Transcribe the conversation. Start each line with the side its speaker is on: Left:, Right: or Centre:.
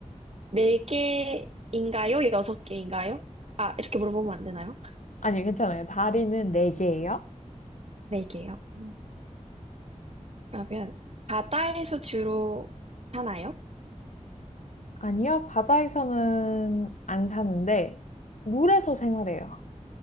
Right: 네 개인가요? 여섯 개인가요? 아, 이렇게 물어보면 안 되나요?
Left: 아니, 괜찮아요. 다리는 네 개예요.
Right: 네 개요. 음, 그러면 바다에서 주로 사나요?
Left: 아니요, 바다에서는 안 사는데, 물에서 생활해요.